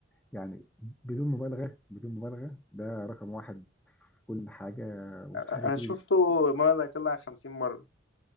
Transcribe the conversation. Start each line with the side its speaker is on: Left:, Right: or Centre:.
Centre: يعني بدون مبالغه بدون مبالغه ده رقم واحد في كل حاجه ومفيش
Left: أ- أ-
Centre: حاجه
Left: أنا
Centre: هتيجي
Left: شفته ما لا يقل عن 50 مرة